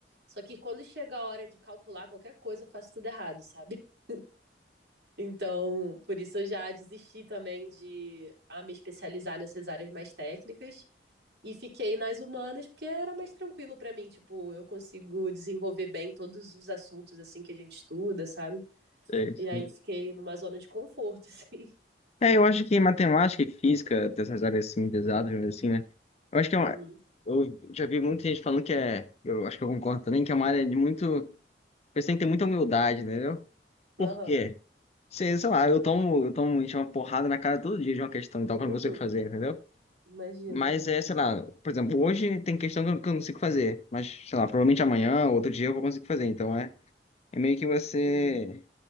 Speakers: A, on the right; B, on the left.
A: só que quando chega a hora de calcular qualquer coisa, eu faço tudo errado, sabe? <laughs> Então, por isso eu já desisti também de a me especializar nessas áreas mais técnicas, e fiquei nas humanas porque era mais tranquilo pra mim, tipo, eu consigo desenvolver bem todos os assuntos assim que a gente estuda, sabe?
B: É, isso.
A: E aí fiquei numa zona de conforto, <laughs> assim.
B: É, eu acho que matemática e física, dessas áreas assim, pesadas, assim, né? Eu acho que é uma.
A: Uhum.
B: Eu já vi muita gente falando que é. Eu acho que eu concordo também, que é uma área de muito Você tem que ter muita humildade, entendeu? Por
A: Aham.
B: quê? Sei, sei lá, eu tomo, eu tomo gente, uma porrada na cara todo dia de uma questão, então que
A: Uhum.
B: eu não consigo fazer, entendeu?
A: Imagino.
B: Mas é, sei lá, por exemplo, hoje tem questão que eu que eu não consigo fazer, mas, sei lá, provavelmente amanhã, outro dia eu vou conseguir fazer, então é, é meio que você,
A: Uhum.